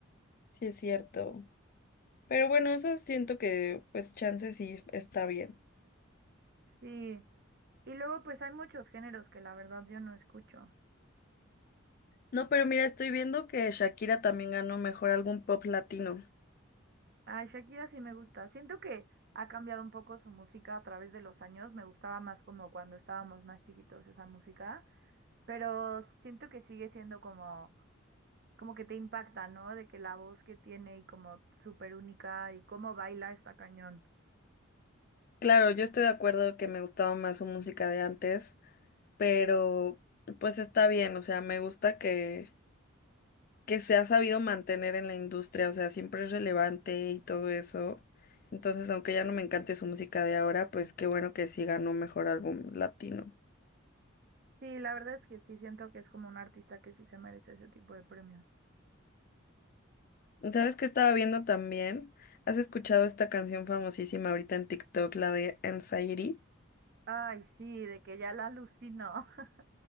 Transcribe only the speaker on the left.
sí es cierto. Pero bueno, eso siento que pues chance sí está bien.
No, pero mira, estoy viendo que Shakira también ganó mejor álbum pop latino.
Claro, yo estoy de acuerdo que me gustaba más su música de antes, pero pues está bien, o sea, me gusta que, que se ha sabido mantener en la industria, o sea, siempre es relevante y todo eso. Entonces, aunque ya no me encante su música de ahora, pues qué bueno que sí ganó mejor álbum latino.
¿Sabes qué estaba viendo también? ¿Has escuchado esta canción famosísima ahorita en TikTok, la de Anxiety?